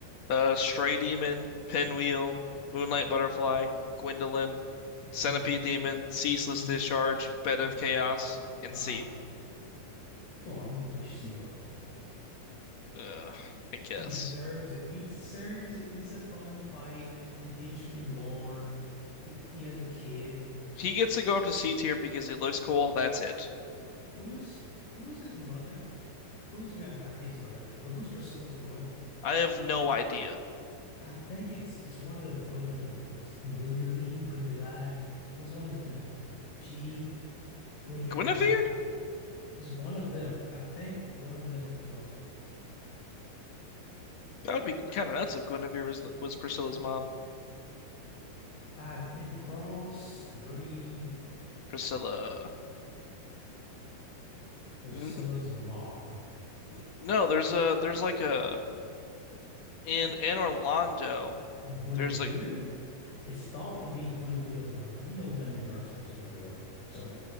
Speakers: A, on the left (about 55°); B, on the left (about 75°).
A: uh, Stray Demon, Pinwheel, Moonlight Butterfly, Gwendolyn, Centipede
B: Mm-hmm.
A: Demon, Ceaseless
B: Mm-hmm.
A: Discharge, Bed of
B: Uh-huh.
A: Chaos, and
B: Uh-huh.
A: Seath.
B: Come on, you can push Sif up a little
A: Uh, I guess.
B: He deserves it. He deserves it. It's a fun fight, an interesting lore. He he has a kid.
A: He gets to go up to C tier because he looks cool. That's it.
B: Who's who's his mother? Who's not, not his mother, but who's Priscilla's mother?
A: I have no idea.
B: I think it's it's one of the Gwendolyns. Gwendoly, Gwendolyn. Was one of them. She with a dragon.
A: Guinevere?
B: It's one of them. I think one of them is her mother.
A: That would be kind of nuts if Guinevere was was Priscilla's mom.
B: I think crossbreed
A: Priscilla.
B: Priscilla's
A: N
B: mom.
A: n- no, there's a there's like a in in Orlando.
B: Guinevere?
A: There's like
B: It's thought to be Guinevere's mother, but you know nothing in Dark Souls is revealed, so